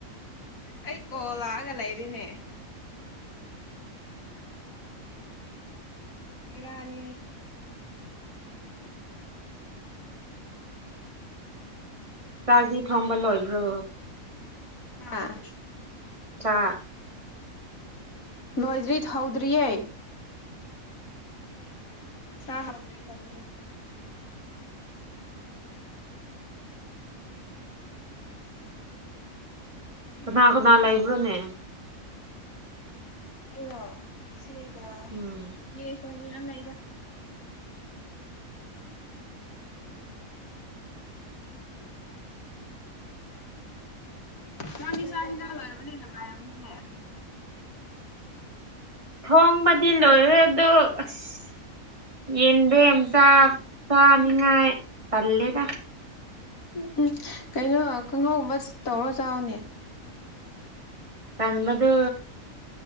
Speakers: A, on the left; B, on the right.
A: ꯑꯩ ꯀꯣ ꯂꯥꯛꯑꯒ ꯂꯩꯔꯤꯅꯦ ꯃꯒꯅꯤꯌꯦ
B: ꯆꯥꯛꯗꯤ ꯊꯣꯡꯕ ꯂꯣꯏꯕ꯭ꯔꯣ
A: ꯑꯥ
B: ꯆꯥ
A: ꯅꯣꯏꯗ꯭ꯔꯤ ꯊꯧꯗ꯭ꯔꯤꯑꯩ ꯍ ꯍꯥꯎꯗ꯭ꯔꯤ ꯍꯥꯎꯗ꯭ꯔꯤ <inaudible>
B: ꯀꯅꯥ
A: ꯀꯔꯤꯔꯀꯣ
B: ꯀꯅꯥ ꯂꯩꯕ꯭ꯔꯣꯅꯦ
A: ꯑꯩꯔꯣ ꯑꯩꯗ ꯁꯤꯒ
B: ꯎꯝ
A: ꯑꯩ ꯃꯤ ꯑꯅ ꯂꯗ
B: <inaudible>
A: ꯅꯪ ꯏꯁꯆꯥ ꯍꯤꯗꯥꯛ ꯂꯔꯕꯅꯤꯅ ꯅꯨꯡꯉꯥꯏꯔꯝꯅꯤꯉ
B: ꯊꯣꯡꯕꯗꯤ ꯂꯣꯏꯔꯦ ꯑꯗꯣ ꯑꯁ ꯌꯦꯗꯦꯝꯁꯥꯥ ꯅꯤꯡꯉ ꯇꯂꯦꯗ
A: ꯎꯝ ꯎꯝ ꯀꯩꯅꯣ ꯀꯥꯡꯍꯧꯒꯨꯝꯕ ꯇꯧꯔꯣ ꯆꯥꯎꯥꯛꯅꯦ
B: ꯇꯝꯕꯗꯨ